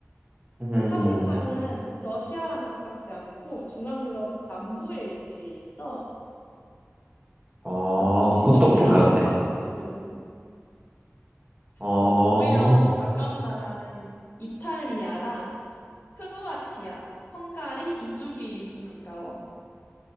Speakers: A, on the right; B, on the left.
A: 음,
B: 근데 사실상은 러시아랑 가깝지 않고 중앙 유럽 남부에 위치해 있어.
A: 아,
B: 저 지중해랑
A: 그것도 몰랐네.
B: 접하고 있거든.
A: 어,
B: 그래서 오히려 더 가까운 나라는 이탈리아랑 크로아티아, 헝가리 이쪽이 좀 가까워.